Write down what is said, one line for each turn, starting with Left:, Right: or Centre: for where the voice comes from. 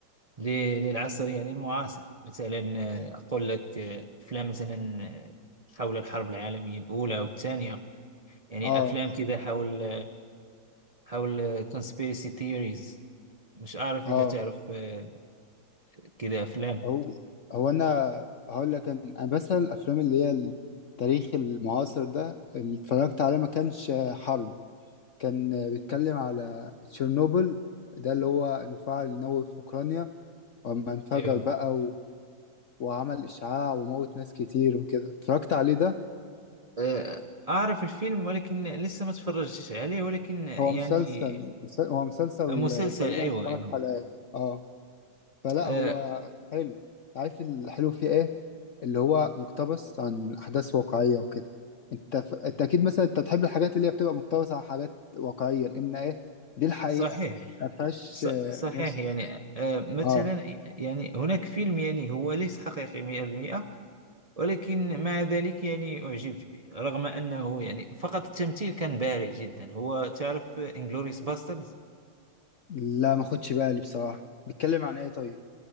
Right: ل- للعصر يعني المعاصر مثلا آه، أقول لك آه، أفلام مثلا آه، حول الحرب العالمية الأولى والثانية يعني
Left: أه
Right: أفلام كذا حول حول conspiracy theories مش عارف
Left: أه
Right: إذا تعرف آه، كذا أفلام
Left: هو هو أنا هقول لك أنا أنا مثلا الأفلام اللي هي التاريخ المعاصر ده اللي اتفرجت عليه ما كانش حرب كان بيتكلم على تشيرنوبل ده اللي هو المفاعل النووي في أوكرانيا وأما انفجر
Right: ايوه
Left: بقى وعمل إشعاع وموت ناس كتير وكده اتفرجت عليه ده
Right: آه، أعرف الفيلم ولكن لسه ما تفرجتش عليه ولكن يعني
Left: هو مسلسل هو مسلسل
Right: مسلسل
Left: آه، تقريبا
Right: أيوة
Left: خمس
Right: أيوة
Left: حلقات اه فلا
Right: آه،
Left: هو حلو عارف الحلو فيه ايه اللي هو مقتبس عن أحداث واقعية وكده انت ف... انت اكيد مثلا انت تحب الحاجات اللي هي بتبقى مقتبسة عن حاجات واقعية لأن ايه دي الحقيقة
Right: صحيح
Left: ما فيهاش
Right: ص-
Left: آه،
Right: صحيح
Left: مش...
Right: يعني آه، مثلا
Left: اه
Right: يعني هناك فيلم يعني هو ليس حقيقي 100% ولكن مع ذلك يعني أعجبت به رغم أنه يعني فقط التمثيل كان بارع جدا هو تعرف انجلوريوس باسترد
Left: لا ما خدش بالي بصراحة بيتكلم عن ايه طيب